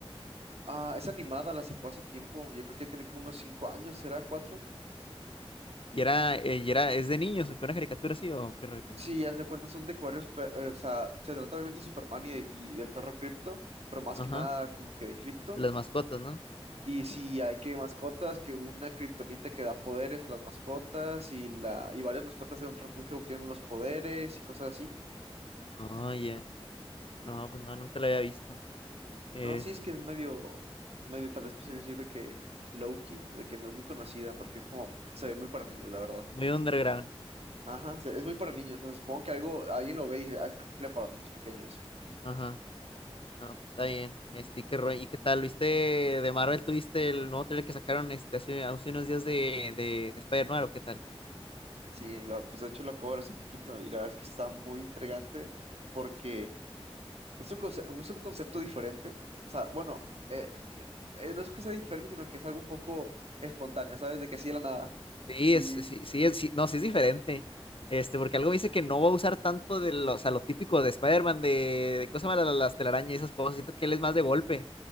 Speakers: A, on the right (about 80°); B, on the left (about 60°).
A: Ah, es animada, la sacó hace tiempo. Yo creo que tiene como unos cinco años, ¿será? ¿Cuatro?
B: Y era, eh, y era, es de niños, ¿o ¿qué una caricatura así o qué rollo?
A: Sí, haz de cuenta son de que varios, pe- eh, o sea, se trata obviamente de Superman y, de- y del perro Krypto, pero más
B: Ajá,
A: que nada como que de Krypto.
B: de las mascotas, ¿no?
A: Y si hay que mascotas, que una kriptonita que da poderes a las mascotas y la y varias mascotas de un refugio obtienen los poderes y cosas así.
B: Oh, ya. No, pues no, nunca la había visto. Este,
A: No, sí es que es medio medio tal vez pues decir de que Loki, de que no es muy conocida porque es como se ve muy para niños, la verdad.
B: muy underground.
A: Ajá, se- es muy para niños, o sea, supongo que algo alguien lo ve y dice, "Ah, es una película para niños pequeños."
B: Ajá. No, pues está bien. Este, ¿y qué rollo? ¿Y qué tal? ¿Viste de Marvel? ¿Tuviste el nuevo trailer que sacaron este hace, hace unos días de, de, de Spider-Man o qué tal?
A: Sí, lo- pues de hecho lo acabo de ver hace poquito y la verdad es que está muy intrigante porque es un conce- es un concepto diferente. O sea, bueno, eh, eh, no es que sea diferente, sino que es algo un poco espontáneo, ¿sabes? De que así de la nada.
B: Sí,
A: Sí,
B: es, sí, sí, es- sí, no, sí es diferente. Este, porque algo dice que no va a usar tanto de lo, o sea, lo típico de Spider-Man, de, de cosas malas, las telarañas y esas cosas. Siento que él es más de golpe.